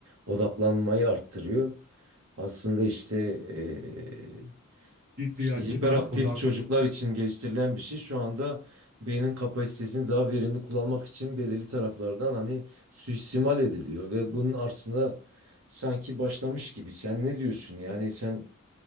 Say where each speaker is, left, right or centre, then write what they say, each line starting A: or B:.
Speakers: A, on the right; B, on the right.
A: odaklanmayı arttırıyor. Aslında işte e,
B: bir,
A: işte
B: bir açıdan
A: hiperaktif
B: odak
A: çocuklar için geliştirilen bir şey. Şu anda beynin kapasitesini daha verimli kullanmak için belirli taraflardan hani suistimal ediliyor ve bunun aslında sanki başlamış gibi. Sen ne diyorsun? Yani sen